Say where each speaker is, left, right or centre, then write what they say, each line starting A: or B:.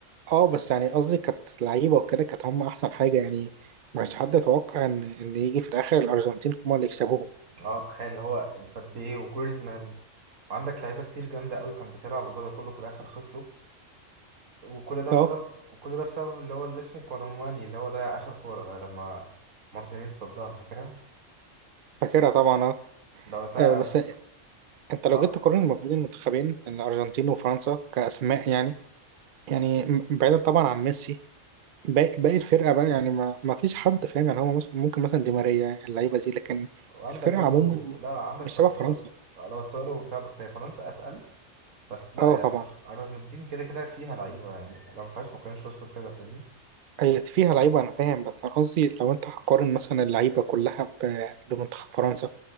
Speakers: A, on the right (about 60°); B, on the right (about 75°).
A: آه بس يعني قصدي كانت لعيبة وكده كانت هم أحسن حاجة يعني ما كانش حد يتوقع إن إن يجي في الآخر الأرجنتين هم اللي يكسبوهم
B: اه تخيل اللي هو مبابي وجريزمان وعندك لعيبه كتير جامده قوي كانت بتلعب وجوده كله في الاخر خسروا وكل ده بسبب
A: آه
B: وكل ده بسبب اللي هو اللي اسمه كولوماني اللي هو ضيع اخر كوره ده لما مارتينيز صدها فاكرها
A: فاكرها طبعا آه
B: ده وقتها
A: آه، بس انت لو
B: لا
A: جيت تقارن ما بين المنتخبين الارجنتين وفرنسا كاسماء يعني يعني م- بعيدا طبعا عن ميسي باقي باقي الفرقه بقى يعني ما, ما فيش حد فاهم يعني هو مس- ممكن مثلا دي ماريا اللعيبه دي لكن
B: وعندك
A: الفرقه
B: برضو
A: عموما
B: لا عندك
A: مش شبه
B: لو طار
A: فرنسا
B: لو طاروا وبتاع بس هي فرنسا اتقل بس لا
A: اه
B: يا
A: طبعا
B: أرج- ارجنتين كده كده فيها لعيبه يعني لو ما فيهاش ما كانوش وصلوا كده فاهمني
A: هي فيها لعيبه انا فاهم بس انا قصدي لو انت هتقارن مثلا اللعيبه كلها ب- بمنتخب فرنسا